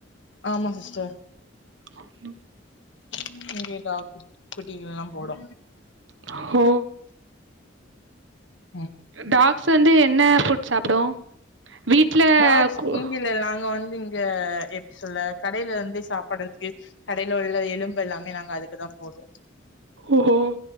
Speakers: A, on the left; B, on the right.
A: ஆமா சிஸ்டர்
B: உம்
A: இங்க எல்லா டாக் குட்டிகளல்லா போடு
B: ஓ
A: உம்
B: டாக்ஸ் வந்து என்ன ஃபுட் சாப்டு வீட்ல
A: டாக்ஸ்
B: கு-
A: இங்க இல்ல நாங்க வந்து இங்க எப்டி சொல்ல கடையில இருந்தே சாப்பாடு கடையில உள்ள எலும்பு எல்லாமே நாங்க அதுக்கு தா போடுவோ
B: ஓஹோ